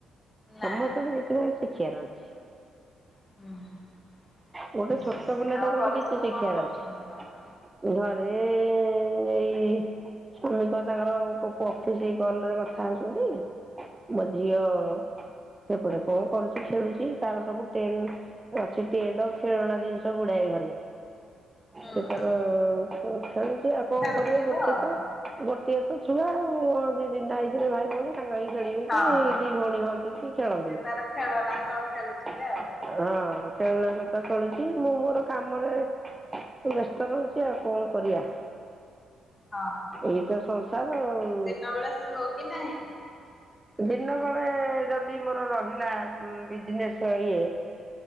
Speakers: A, on the left (about 25°); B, on the right (about 15°).
A: ନାଇଁ
B: ସମସ୍ତଙ୍କ ରେ ଶିଖିବାର ଅଛି।
A: <unintelligible>
B: ଗୋଟେ ଛୋଟ ପିଲାଠାରୁ
A: ଆଉ ଘରେ
B: ବି କିଛି
A: ସବୁ
B: ଶିଖିବାର
A: କଣ କରୁଛନ୍ତି
B: ଅଛି।
A: ତମର?
B: ଘରେ ଏଇ ସ୍ୱାମୀ ତ ତାଙ୍କର କଉ ଅଫିସ କଲରେ କଥା ହଉଛନ୍ତି। ମୋ ଝିଅ ସେପଟେ କଣ କରୁଛି? ଖେଳୁଛି ତାର ସବୁ ଟେନ୍ ସେଠିଏ ତ ଖେଳଣା ଜିନିଷ ଗୁଡାଏ ଘରେ।
A: ହୁଁ
B: ସେ ତାର ଖେଳୁଛି ଆଉ କଣ
A: ଖେଳୁଥିବ
B: କରିବ ଗୋଟେ
A: ଆଉ
B: ତ। ଗୋଟିଏ ତ ଛୁଆ ଆଉ ଦି ତିନିଟା ହେଇଥିଲେ ଭାଇ ଭଉଣୀ। ସାଙ୍ଗହେଇକି ଖେଳି
A: ହଁ।
B: କି ଦି ଭଉଣୀ ହସନ୍ତି, ଖେଳନ୍ତି।
A: ସିଏ ତାର ଖେଳନା ସହ ଖେଳୁଥିବେ ଆଉ
B: ହଁ ଖେଳନା ସହିତ ଖେଳୁଛି ମୁଁ ମୋର କାମରେ ତ ବ୍ୟସ୍ତ ରହୁଛି ଆଉ କଣ କରିବା?
A: ହଁ।
B: ଏଇ ତ ସଂସାର ଆଉ।
A: ଦିନ ବେଳେ ଶୁଅ କି ନାହିଁ? ଟିକେ
B: ଦିନ ବଳେ ଯଦି ମୋର ରହିଲା ବିଜନେସ ଇଏ।